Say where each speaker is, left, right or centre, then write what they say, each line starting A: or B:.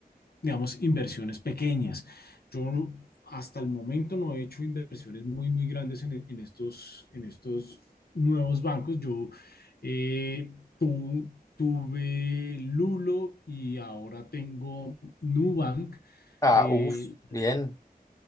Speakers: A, on the left; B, on the left.
A: digamos, inversiones pequeñas. Yo hasta el momento no he hecho inversiones muy, muy grandes en, en estos, en estos nuevos bancos. Yo eh, tu- tuve Lulo y ahora tengo Nubank.
B: ah,
A: Eh,
B: uff, bien.